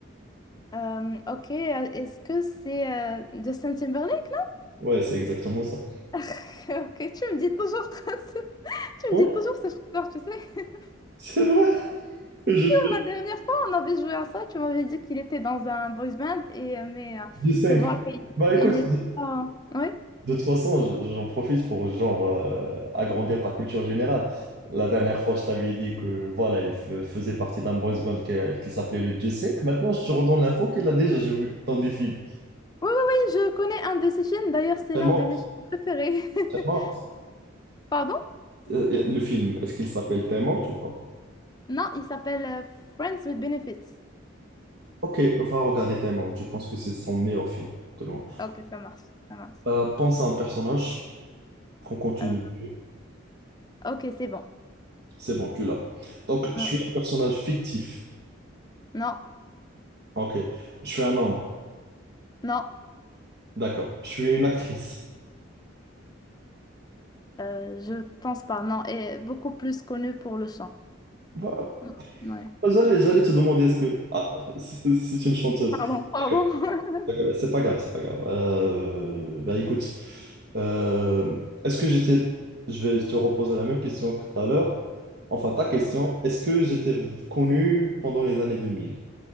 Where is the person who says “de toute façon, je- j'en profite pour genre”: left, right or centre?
Right